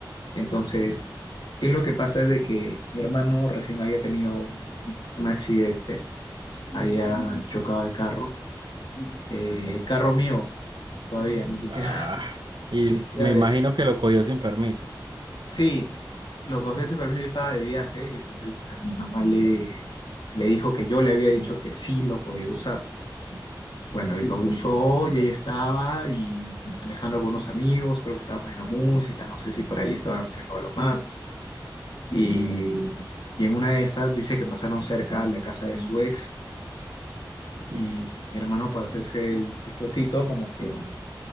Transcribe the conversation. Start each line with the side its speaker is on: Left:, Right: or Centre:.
Left: Entonces, ¿qué es lo que pasa? Es de que mi hermano recién había tenido un, un accidente, había chocado el carro, eh, el carro mío todavía, ni siquiera,
Right: Ah,
Left: <laughs>
Right: y
Left: ni siquiera
Right: me imagino
Left: de él.
Right: que lo cogió sin permiso.
Left: Sí, lo cogió sin permiso, yo estaba de viaje y entonces a mi mamá le, le dijo que yo le había dicho que sí lo podía usar. Bueno, y lo usó y ahí estaba y manejando con unos amigos, creo que estaba poniendo música, no sé si por ahí estaban haciendo algo más. Y, y en una de esas dice que pasaron cerca a la casa de su ex
Right: Hmm.
Left: y mi hermano para hacerse el chistosito como que,